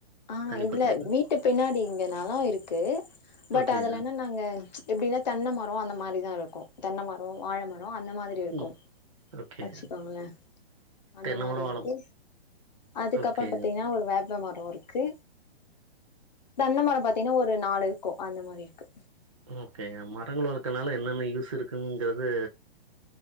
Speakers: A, on the left; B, on the right.
A: ஆ ஹ
B: தனிப்பட்டது
A: இல்ல வீட்டு பின்னாடி இங்க நெலோ இருக்கு பட்
B: ஓகேங்க
A: அதுல என்னனா அங்க எப்டின்னா தென்ன மரோ அந்த மாரிதா இருக்கு தென்ன மரோ வாழமரோ அந்த மாரி இருக்கு
B: ம் ஓகேங்க
A: வச்சுக்கோங்களே அந்த
B: தென்ன
A: மாரி
B: மரம்
A: இருக்கு
B: வாழ ம
A: அதுக்கப்பறோ
B: ஓகேங்க
A: பாத்தீங்கனா ஒரு வேப்பமரோ இருக் கு தென்னமரோ பாத்தீங்கனா ஒரு நாலு இருக்கு அந்த மாரி இருக்கு
B: ஓகே மரங்கள் வளக்கறனால என்னென்ன யூஸ் இருக்குங்கிறது